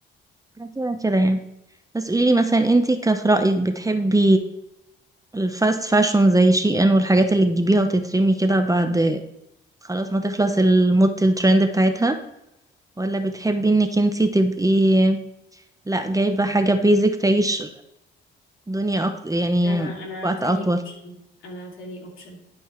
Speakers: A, on the right; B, on the left.
A: كده كده يعني بس قولي لي مثلا انتي كف رايك بتحبي الفاست فاشون زي شي ان والحاجات اللي تجيبيها وتترمي كده بعد خلاص ما تخلص الموضه الترند بتاعتها ولا بتحبي انك انتي تبقي لا جايبه حاجه بيزك تعيش دنيا أكتر يعني
B: انا انا
A: وقت
B: تاني
A: اطول
B: اوبشن انا تاني اوبشن